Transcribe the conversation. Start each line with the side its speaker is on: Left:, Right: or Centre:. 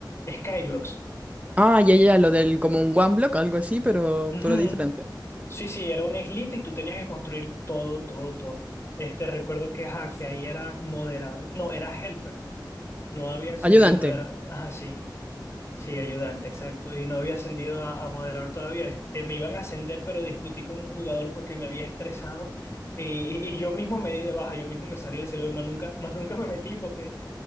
Left: Skyblocks.
Right: Ah, ya,
Left: Eh,
Right: ya, lo del como un one block, algo así, pero,
Left: ujú.
Right: pero diferente.
Left: Sí, sí, era una islita y tú tenías que construir todo, todo, todo. Este, recuerdo que, ajá, que ahí era moderador, no, era helper, no había encendido
Right: Ayudante.
Left: moderador, ajá, sí. Sí, ayudante, exacto. Y no había ascendido a, a moderador todavía. Este, me iban a ascender, pero discutí con un jugador porque me había estresado. Y, y- y yo mismo me di de baja, yo mismo me salí del servidor, más nunca, <laughs> más nunca me metí porque,